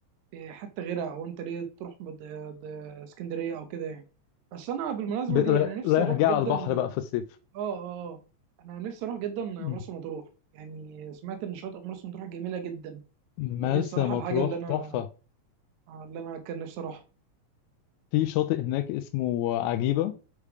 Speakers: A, on the right (about 80°); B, on the left (about 85°).
A: في حتة غيرها أو أنت ليه تروح مد- آه، د- اسكندرية أو كده يعني بس أنا بالمناسبة
B: ب- را-
A: دي أنا نفسي
B: رايح
A: أروح
B: جاي
A: جدا
B: على البحر
A: آه
B: بقى في الصيف
A: آه آه. أنا نفسي أروح جدا مرسى
B: امم
A: مطروح يعني سمعت إن شاطئ مرسى مطروح جميلة جدا
B: مرسى
A: فدي الصراحة
B: مطروح
A: الحاجة اللي أنا
B: تحفه
A: اللي أنا كان نفسي أروحها
B: في شاطئ هناك اسمه عجيبه